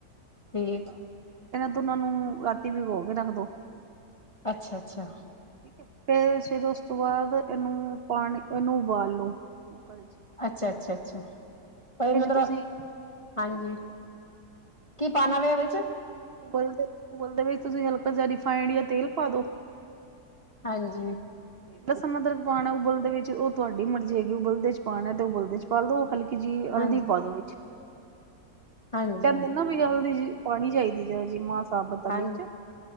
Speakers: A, on the left; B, on the right.
A: ਠੀਕ।
B: ਇਹ ਦੋਨਾਂ ਨੂੰ ਰਾਤੀ ਵਿਗੋ ਕੇ ਰੱਖ ਦੋ।
A: ਅੱਛਾ, ਅੱਛਾ।
B: ਠੀਕ ਹੈ, ਫੇਰ ਉਸ ਤੋਂ ਬਾਅਦ ਇਹਨੂੰ ਪਾਣੀ ਇਹਨੂੰ ਉਬਾਲੋ ਕੁੂੱਕਰ ਏਚ
A: ਅੱਛਾ-ਅੱਛਾ-ਅੱਛਾ ਪਈ ਮਤਲਬ,
B: ਤੁਸੀਂ
A: ਹਾਂਜੀ ਕੀ ਪਾਨਾ ਵੇ ਓ ਵੇਚ
B: ਉਬਲਦੇ ਉਬਲਦੇ ਵਿੱਚ ਤੁਸੀਂ ਹਲਕਾ ਜੇਹਾ ਰਿਫਾਇੰਡ ਯਾਂ ਤੇਲ ਪਾਦੋ।
A: ਹਾਂਜੀ।
B: ਲਸਨ ਅਦਰਕ ਪਾਣਾ ਉਬਲਦੇ ਵਿੱਚ ਓ ਤੁਆਡੀ ਮਰਜ਼ੀ ਹੈਗੀ ਏ ਉਬਲਦੇ ਚ ਪਾਣਾ ਤੇ ਉਬਲਦੇ ਚ ਪਾਾਲ ਦੋ ਓ ਹਲਕ ਕੀ ਜੀ ਹਲਦੀ
A: ਹਾਂਜੀ
B: ਪਾਦੋ ਵਿੱਚ
A: ਹਾਂਜੀ
B: ਓ ਕੈਂਦੇ
A: ਹਾਂਜੀ
B: ਨਾ ਹਲਦੀ ਜੀ ਪਾਣੀ ਚਾਇਦੀ ਜੀਮਾਂ ਮਾਂ ਸਾਬਤ ਆਲੀ
A: ਹਾਂਜੀ
B: ਚ।